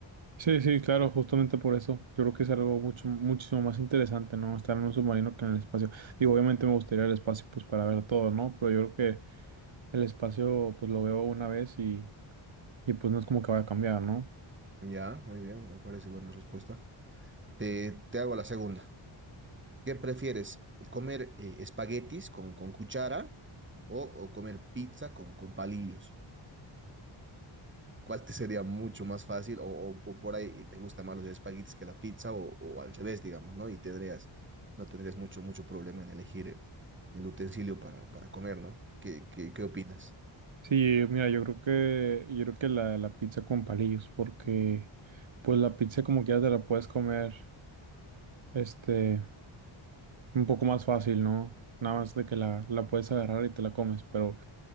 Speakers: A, on the right (about 65°); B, on the right (about 25°).
A: Sí, sí, claro, justamente por eso. Yo creo que es algo mucho, muchísimo más interesante, ¿no? Estar en un submarino que en el espacio. Digo, obviamente me gustaría el espacio, pues, para ver todo, ¿no? Pero yo creo que el espacio, pues, lo veo una vez y, y pues no es como que vaya a cambiar, ¿no?
B: Ya, muy bien, me parece buena respuesta. Te, te hago la segunda. ¿Qué prefieres, comer eh, espaguetis con, con cuchara o, o comer pizza con, con palillos? ¿Cuál te sería mucho más fácil o, o- o por ahí te gustan más los espaguetis que la pizza o, o al revés, digamos, ¿no? Y tendrías, no tendrías mucho, mucho problema en elegir el, el utensilio para, para comer, ¿no? ¿Qué, qué, qué opinas?
A: Sí, mira, yo creo que, yo creo que la, la pizza con palillos, porque pues la pizza como que ya te la puedes comer, este, un poco más fácil, ¿no? Nada más de que la, la puedes agarrar y te la comes, pero